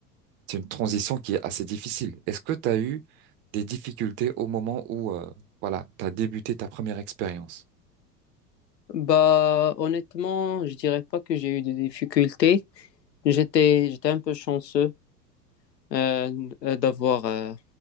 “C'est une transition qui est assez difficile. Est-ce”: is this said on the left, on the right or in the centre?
Right